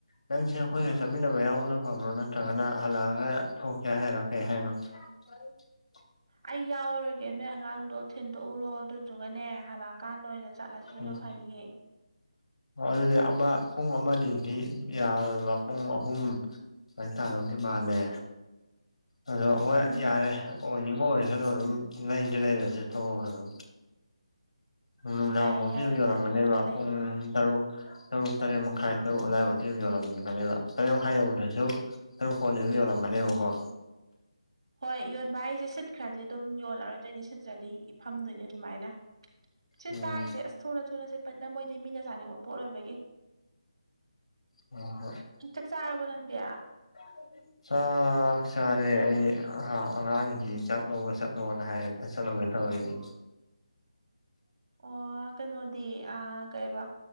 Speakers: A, on the left; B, on the right.
A: ꯅꯪꯁꯦ ꯑꯩꯈꯣꯏꯒ ꯆꯠꯃꯤꯟꯅꯕ ꯌꯥꯎꯕꯅ ꯐꯕ꯭ꯔꯣ ꯅꯠꯇ꯭ꯔꯒꯅ ꯍꯜꯂꯛꯑꯒ ꯊꯣꯛꯀ ꯍꯥꯏꯔꯣꯀꯩ ꯍꯥꯏꯅꯣ <unintelligible>
B: ꯑꯩ ꯌꯥꯎꯔꯔꯣꯏꯒꯦ ꯅꯣꯏ ꯑꯉꯥꯡꯗꯣ ꯊꯤꯟꯗꯣꯛꯎꯔꯣ ꯑꯗꯨꯗꯨꯒꯅꯦ ꯍꯜꯂꯛꯑꯀꯥꯟꯗ ꯑꯣꯏꯅ ꯆꯠꯂꯁꯤꯗꯨꯅ
A: ꯎꯝ
B: ꯐꯅꯤꯌꯦ
A: ꯑꯗꯨꯗꯤ ꯑꯃ ꯄꯨꯡ ꯑꯃ ꯑꯅꯤꯗꯤ ꯌꯥꯔꯕ ꯄꯨꯡ ꯑꯍꯨꯝ ꯗꯨꯃꯥꯏ ꯇꯥꯗꯧꯗꯤ ꯃꯥꯜꯂꯦ ꯑꯣ ꯍꯣꯏ
B: ꯎꯝ
A: ꯌꯥꯔꯦ ꯑꯣꯏꯅꯤꯡꯕ ꯑꯣꯏꯔꯁꯅꯨ ꯑꯗꯨꯝ ꯂꯩꯗꯤ ꯂꯩꯔꯁꯦ ꯊꯣꯛꯑꯒ ꯑꯗꯨꯝ ꯅꯨꯡꯗꯥꯡꯐꯥꯎꯁꯨ
B: ꯌꯥꯏꯌꯦ ꯌꯥꯏꯌꯦ
A: ꯑꯗꯨ ꯌꯧꯔꯝꯒꯅꯦꯕ
B: ꯍꯣꯏ ꯑꯗꯨꯃꯥꯏꯅ ꯂꯩ
A: ꯄꯨꯡ ꯇꯔꯨꯛ ꯇꯔꯨ ꯇꯔꯦ ꯃꯈꯥꯏꯔꯨ ꯑꯣꯂꯥꯏ ꯌꯣꯂꯝ ꯈ ꯇꯔꯦ ꯃꯈꯥꯏꯗꯗ꯭ꯔꯁꯨ ꯇꯥꯔꯨꯛ ꯐꯣꯟꯕꯤ ꯌꯣꯜꯂꯝꯒꯅꯦꯕꯀꯣ
B: ꯍꯣꯏ ꯌꯣꯟꯕ ꯍꯥꯏꯁꯦ ꯁꯤꯠꯈ꯭ꯔꯗꯤ ꯑꯗꯨꯝ ꯌꯣꯜꯂꯔꯣꯏꯗꯣꯏꯅꯤ ꯁꯤꯠꯇ꯭ꯔꯗꯤ ꯏ ꯐꯝꯗꯣꯏꯅꯦ ꯑꯗꯨꯃꯥꯏꯅ ꯁꯤꯠꯄ
A: ꯎꯝ
B: ꯍꯥꯏꯁꯦ ꯑꯁ ꯊꯨꯅ ꯊꯨꯅ ꯁꯤꯠꯄꯅꯤꯗ ꯃꯣꯏꯗꯤ ꯃꯤꯅ ꯆꯥꯅꯤꯡꯕ ꯄꯣꯠ ꯑꯣꯏꯕꯒꯤ
A: ꯍꯣꯏ ꯍꯣꯏ
B: ꯆꯥꯛ ꯆꯥꯔꯕ ꯅꯪꯗꯤ
A: <inaudible> ꯆꯥꯛ ꯆꯥꯔꯦ ꯑꯩ ꯑꯉꯥꯡꯁꯤ ꯆꯥꯛꯂꯧꯕ ꯆꯠꯂꯣꯅ ꯍꯥꯏꯌꯦ ꯆꯥꯠꯂꯨꯒꯦ ꯇꯧ ꯔꯤꯅꯦ
B: ꯑꯣ ꯀꯩꯅꯣꯗꯤ ꯀꯩꯕ